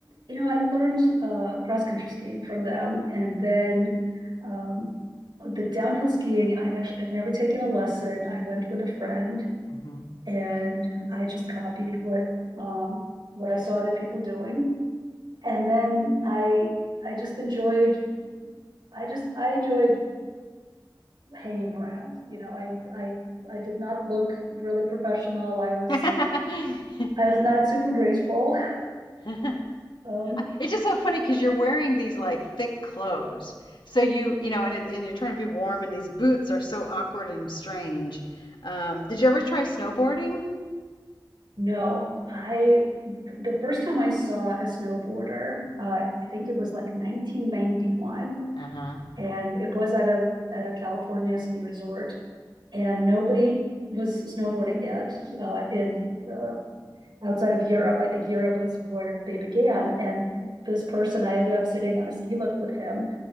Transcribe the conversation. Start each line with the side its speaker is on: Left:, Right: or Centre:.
Right: you know, I learned uh, cross country skiing from them, and then um, the downhill skiing. I actually I've never taken a lesson. I went with a friend,
Left: Mm-hmm.
Right: and I just copied what um, what I saw other people doing, and then I I just enjoyed. I just I enjoyed hanging around. You know, I I I did not look really professional. I was
Left: Mm.
Right: I was not super graceful.
Left: <laughs>
Right: Um,
Left: It's just so funny because you're wearing these like thick clothes. So you, you know, and it, and you're trying to be warm, and these boots are so awkward and strange. Um, did you ever try snowboarding?
Right: no, I the first time I saw a snowboarder, uh, I think it was like 1991,
Left: Uh-huh.
Right: and it was at a at a California ski resort, and nobody was snowboarding yet uh, in uh, outside of Europe. I think Europe was where they began, and this person, I ended up sitting on a ski lift with him,